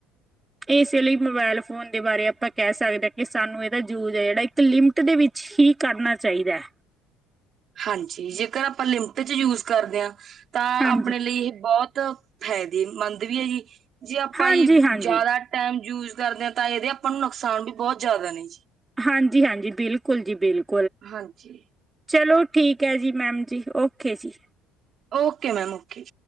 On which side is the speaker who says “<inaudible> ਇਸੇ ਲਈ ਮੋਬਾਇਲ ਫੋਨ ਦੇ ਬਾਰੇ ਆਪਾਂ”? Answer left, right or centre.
Right